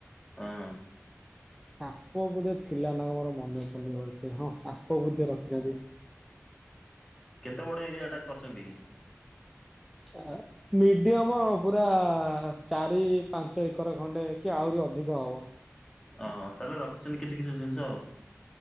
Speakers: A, on the left; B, in the centre.
A: ହଁ।
B: <inaudible> ସାପ ବୋଧେ ଥିଲା ନା କଣ ମୋର ମନେ ପୁଡୁନି ଭଲ ସେ ହଁ ସାପ ବୋଧେ ରଖିଛନ୍ତି।
A: କେତେ ବଡ ଏରିଆ ଟା କରିଛନ୍ତି କି?
B: ଆ ହା। ମିଡିୟମ୍ ପୁରା ଚାରି, ପାଞ୍ଚ ଏକର ଖଣ୍ଡେ କି ଆହୁରି ଅଧିକ ହବ।
A: ଅ ହଁ ତାହେଲେ ରଖିଛନ୍ତି କିଛି କିଛି ଜିନିଷ ଆଉ।